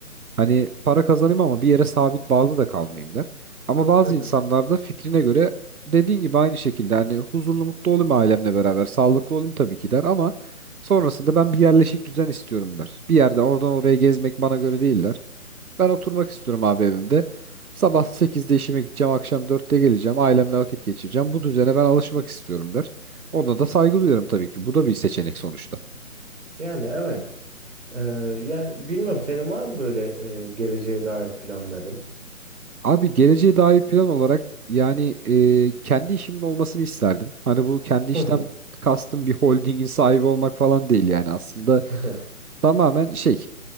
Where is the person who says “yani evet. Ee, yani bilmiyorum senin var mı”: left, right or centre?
Right